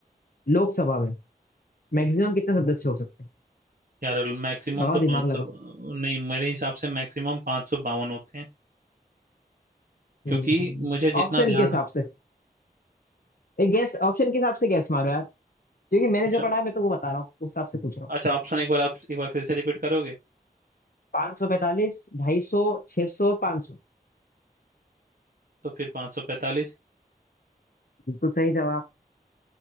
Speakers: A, on the left (about 70°); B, on the right (about 65°).
A: लोकसभा में मैक्सिमम कितने सदस्य हो सकते हैं
B: यार मैक्सिमम
A: लगाओ
B: तो
A: दिमाग
B: पाँच
A: लगाओ
B: सौ नहीं मेरे हिसाब से मैक्सिमम पाँच सौ बावन होते हैं क्योंकि
A: हम्म,
B: मुझे जितना
A: ऑप्शन
B: ध्यान
A: के हिसाब से एक गैस ऑप्शन के हिसाब से गैस मारो यार क्योंकि मैंने
B: अच्छा
A: जो पढ़ा है मैं तो वो बता रहा हूँ उस हिसाब से पूछ रहा
B: अच्छा ऑप्शन एक बार आप एक बार फिर से रिपीट करोगे
A: पाँच सौ पैंतालीस ढाई सौ छह सौ पाँच सौ
B: तो फिर पाँच सौ पैंतालीस,
A: बिल्कुल सही जवाब